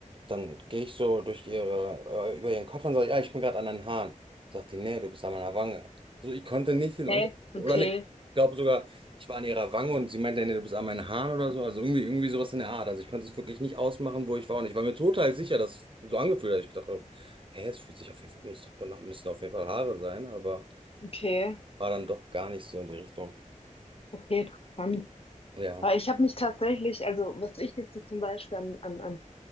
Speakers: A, on the right; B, on the left.
A: dann gehe ich so durch ihre, äh, über ihren Kopf und sage, ja, ich bin gerade an den Haaren. Sagt die, nee, du bist an meiner Wange. So, ich konnte nicht den
B: Hä?
A: Unterschied, oder
B: Okay.
A: nee, ich glaube sogar. Ich war an ihrer Wange und sie meinte, nee, du bist an meinen Haaren oder so. Also irgendwie, irgendwie sowas in der Art. Also ich konnte es wirklich nicht ausmachen, wo ich war. Und ich war mir total sicher, dass es so angefühlt hat. Ich dachte, hä, es fühlt sich auf jeden Fall, müssen doch, genau, müssen auf jeden Fall Haare sein, aber
B: Okay.
A: war dann doch gar nicht so in die Richtung.
B: Okay, interessant.
A: Ja.
B: Aber ich habe mich tatsächlich, also was ich jetzt so zum Beispiel an, an, an